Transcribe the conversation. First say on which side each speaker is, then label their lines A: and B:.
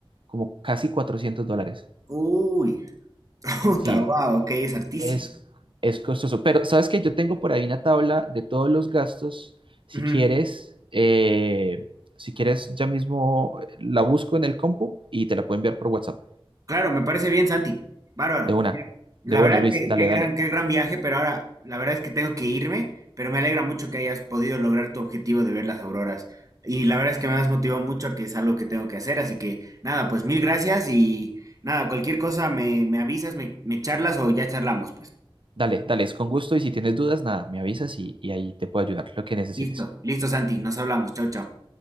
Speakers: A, on the right (about 60°); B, on the right (about 40°).
A: como casi 400 dólares.
B: Uy, <laughs> puta,
A: Sí,
B: wow, ok, es hartísimo.
A: es, es costoso. Pero sabes que yo tengo por ahí una tabla de todos los gastos. Si
B: Ujú.
A: quieres, eh, si quieres, ya mismo eh, la busco en el compu y te la puedo enviar por WhatsApp.
B: Claro, me parece bien, Santi. Bárbaro.
A: De una,
B: Mira, la
A: de una,
B: verdad
A: Luis.
B: que
A: Dale,
B: qué gran,
A: dale.
B: qué gran viaje, pero ahora la verdad es que tengo que irme, pero me alegra mucho que hayas podido lograr tu objetivo de ver las auroras. Y la verdad es que me has motivado mucho a que es algo que tengo que hacer, así que nada, pues mil gracias y nada, cualquier cosa me, me avisas, me, me charlas o ya charlamos, pues.
A: Dale, dale, es con gusto y si tienes dudas, nada, me avisas y, y ahí te puedo ayudar, lo que necesites.
B: Listo, listo, Santi, nos hablamos. Chao, chao.